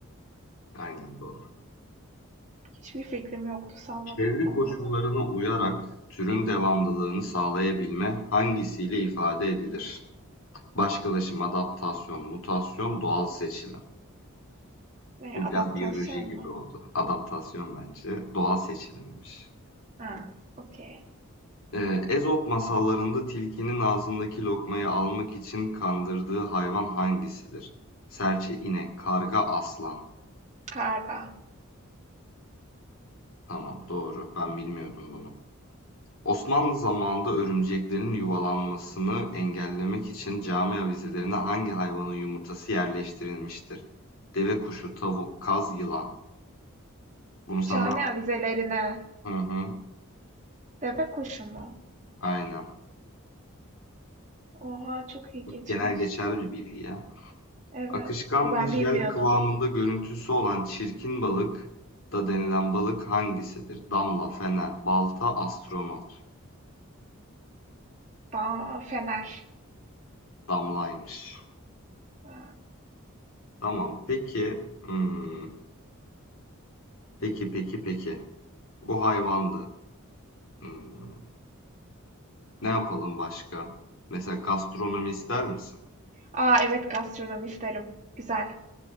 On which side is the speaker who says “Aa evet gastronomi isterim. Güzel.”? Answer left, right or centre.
Right